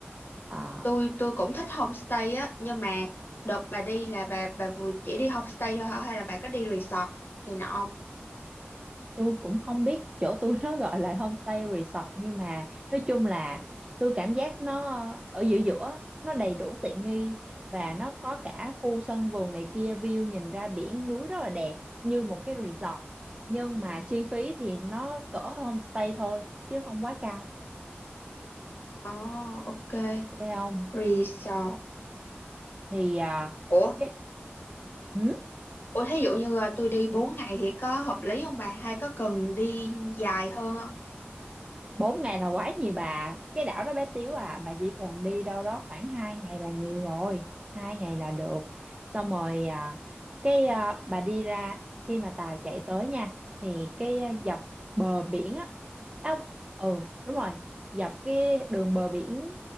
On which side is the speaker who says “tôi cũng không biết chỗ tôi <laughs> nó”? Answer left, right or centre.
Right